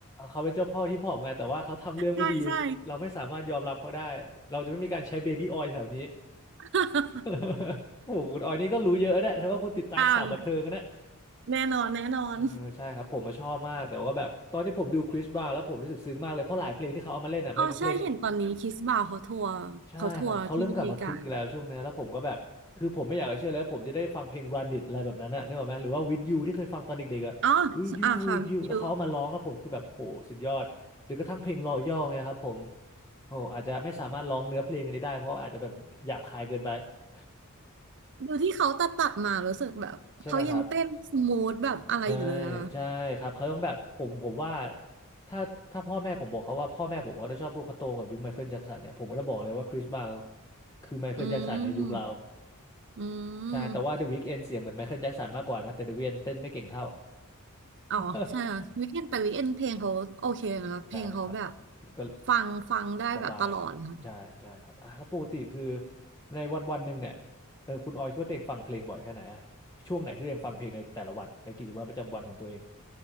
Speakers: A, on the left; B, on the right.
A: เขาเป็นเจ้าพ่อฮิปฮอปไงแต่ว่าเขาทำเรื่องไม่ดี
B: ใช่ใช่
A: เราไม่สามารถยอมรับเขาได้เราจะไม่มีการใช้เบบี้ออยล์แถวนี้
B: <laughs>
A: <laughs> โอ้โห คุณออยนี่ก็รู้เยอะนะแต่ว่าคุณติดตามข่าวบันเทิงนะ
B: อ่าแน่นอนแน่นอน
A: เออใช่ครับผมมาชอบมาก แต่ว่าแบบตอนที่ผมดูคริสบราวน์แล้วผมรู้สึกซึ้งมากเลย เพราะหลายเพลงที่เขาเอามาเล่นอ่ะมันเป็นเพลง
B: อ๋อใช่เห็นตอนนี้คิสบ่าวเขาทัวร์เขาทัวร์ที่อเมริกา
A: ใช่เขาเขาเริ่มกลับมาคึกอีกแล้วช่วงเนี้ยแล้วผมก็แบบ คือผมไม่อยากจะเชื่อเลยว่าผมจะได้ฟังเพลง Run It อะไรแบบนั้นน่ะนึกออกไหมหรือว่า With You ที่เคยฟังตอนเด็กๆอ่ะ
B: อ๋อ
A: With You
B: อ่าค่ะดู
A: With You แล้วเขาเอามาร้องแล้วผมคือแบบโหสุดยอดหรือกระทั่งเพลง Loyal เนี่ยครับผมโหอาจจะไม่สามารถร้องเนื้อเพลงอันนี้ได้เพราะอาจจะแบบหยาบคายเกินไป <laughs>
B: ดูที่เขาตัดตัดมารู้สึกแบบเขายังเต้นสมูทแบบอะไรอยู่เลยอะค่ะ
A: ใช่ไหมครับ ใช่ใช่ครับเขาต้องแบบผมผมว่าถ้าถ้าพ่อแม่ผมบอกเขาว่าพ่อแม่ผมเขาจะชอบพูดเขาโตมกับยุคไมเคิลแจ็คสันเนี่ยผมก็จะบอกเลยว่าคริสบราวน์คือไมเคิลแจ็คสันในยุคเรา
B: อืมอื
A: ใช่แต่ว่า
B: ม
A: The Weeknd เอนเสียงเหมือนไมเคิลแจ็คสันมากกว่านะแต่ The Weeknd เอนเต้นไม่เก่งเท่า
B: อ๋อใช่ค่ะวีคเอนแต่วีคเอนเพลงเขาโอเคนะคะเพลงเขาแบบ
A: <laughs> ใช่ครับก็
B: ฟังฟังได้แบบตลอดนะคะ
A: สบายใช่ใช่ครับอ่ะแล้วปกติคือในวันวันหนึ่งเนี่ยเออคุณออยคิดว่าตัวเองฟังเพลงบ่อยแค่ไหนอะช่วงไหนที่ตัวเองฟังเพลงในแต่ละวันในกิจวัตรประจำวันของตัวเอง